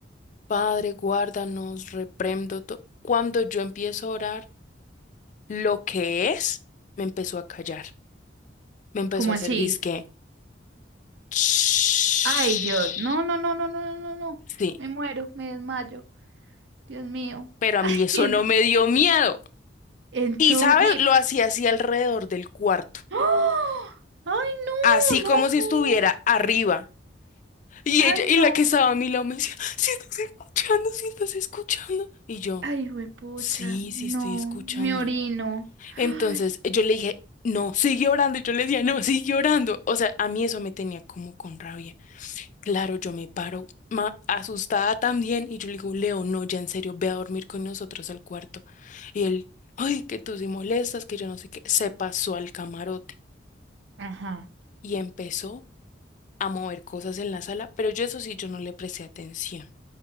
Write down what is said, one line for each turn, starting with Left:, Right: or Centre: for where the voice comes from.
Left: Padre, guárdanos, reprendo todo. Cuando yo empiezo a orar, lo que es, me empezó a callar. me empezó
Right: ¿Cómo
Left: a hacer
Right: así?
Left: disque. "Shh".
Right: Ay, Dios. No, no, no, no, no, no, no. no.
Left: Sí,
Right: Me muero, me desmayo. Dios mío.
Left: pero a
Right: <laughs>
Left: mí eso no me dio miedo.
Right: entonces...
Left: Y, ¿sabes? Lo hacía así alrededor del cuarto,
Right: ¡Ah! ¡Ay, no!
Left: así como
Right: No,
Left: si
Right: no,
Left: estuviera
Right: no.
Left: arriba. Y
Right: ¡Ay,
Left: ella,
Right: no!
Left: y la que estaba a mi lado me decía, si estás escuchando, si estás escuchando. Y yo,
Right: Ay, pucha.
Left: sí,
Right: No,
Left: sí estoy escuchando.
Right: me orino.
Left: Entonces
Right: Ay,
Left: yo le dije, no, sigue orando. Y yo le decía, no, sigue orando. O sea, a mí eso me tenía como con rabia. Claro, yo me paro ma- asustada también y yo le digo, Leo, no, ya en serio, ve a dormir con nosotros al cuarto. Y él, ay, que tú sí molestas, que yo no sé qué, se pasó al camarote
Right: Ajá.
Left: y empezó a mover cosas en la sala, pero yo eso sí, yo no le presté atención.